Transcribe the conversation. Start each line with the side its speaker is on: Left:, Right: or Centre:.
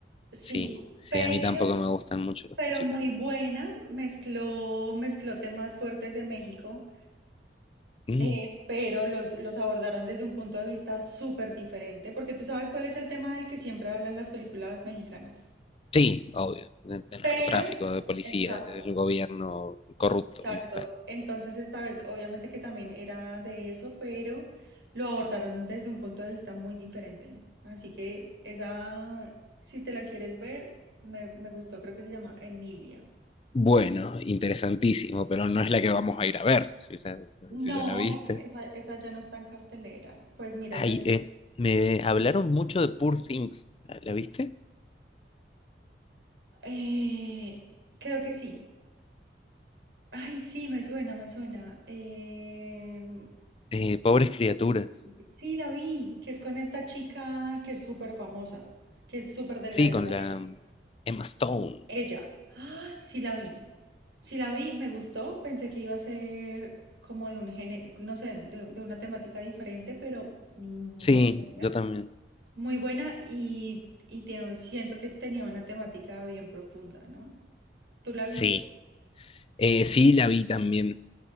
Right: Sí,
Left: Sí, sí,
Right: pero
Left: a mí tampoco me gustan mucho los
Right: pero
Left: musicales.
Right: muy buena, mezcló, mezcló temas fuertes de México,
Left: Mm,
Right: eh, pero los, los abordaron desde un punto de vista súper diferente, porque tú sabes cuál es el tema del que siempre hablan las películas mexicanas.
Left: sí, obvio, de, de narcotráfico,
Right: Pero,
Left: de policía,
Right: exacto,
Left: del gobierno corrupto
Right: exacto.
Left: y tal.
Right: Entonces esta vez, obviamente que también era de eso, pero lo abordaron desde un punto de vista muy diferente. Así que esa, si te la quieres ver, me, me gustó, creo que se llama Emilia.
Left: Bueno, interesantísimo, pero no es la que vamos a ir a ver, si ya,
Right: No,
Left: si ya la viste.
Right: esa, esa ya no está en cartelera. Pues mira,
Left: Ay,
Right: yo
Left: eh, me hablaron mucho de Poor Things, ¿la, la viste?
Right: eh, creo que sí. Ay, sí, me suena, me suena. Em,
Left: Eh, Pobres
Right: sí,
Left: criaturas.
Right: sí, la vi, que es con esta chica que es súper famosa, que es súper delgadita
Left: Sí, con la
Right: ella.
Left: um, Emma Stone.
Right: Ella. Ay, sí la vi. Sí la vi, me gustó. Pensé que iba a ser como de un género, no sé, de, de una temática diferente, pero muy
Left: Sí,
Right: buena.
Left: yo también.
Right: Muy buena y, y tiene, un- siento que tenía una temática bien profunda, ¿no? ¿Tú la viste?
Left: Sí, Eh, sí, la vi también.